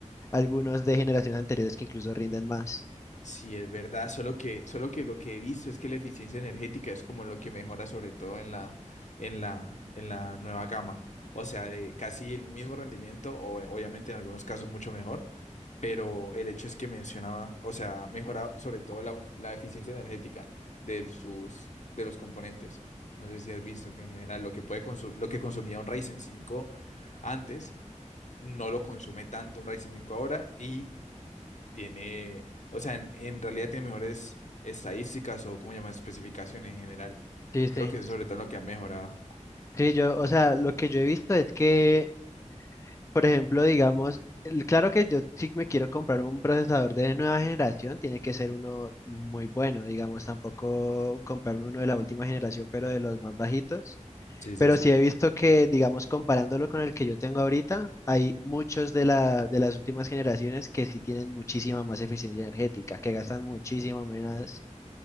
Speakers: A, on the left; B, on the left.
A: algunos de generaciones anteriores que incluso rinden más.
B: Sí, es verdad, solo que, solo que lo que he visto es que la eficiencia energética es como lo que mejora sobre todo en la, en la, en la nueva gama. O sea, de casi el mismo rendimiento, o eh, obviamente en algunos casos mucho mejor, pero el hecho es que mencionaba, o sea, mejora sobre todo la, la eficiencia energética de sus, de los componentes. No sé si has visto que en general lo que puede consu- lo que consumía un Ryzen 5 antes no lo consume tanto un Ryzen 5 ahora y tiene, o sea, en, en realidad tiene mejores estadísticas o, ¿cómo llaman? Especificaciones en general.
A: Sí, sí.
B: Creo que eso es sobre todo lo que ha mejorado.
A: Sí, yo, o sea, lo que yo he visto es que, por ejemplo, digamos, el- claro que yo si me quiero comprar un procesador de nueva generación, tiene que ser uno muy bueno, digamos, tampoco comprarme uno de la última generación, pero de los más bajitos.
B: Sí,
A: Pero
B: sí, sí.
A: sí he visto que, digamos, comparándolo con el que yo tengo ahorita, hay muchos de la, de las últimas generaciones que sí tienen muchísima más eficiencia energética, que gastan muchísimo
B: Ujú.
A: menos,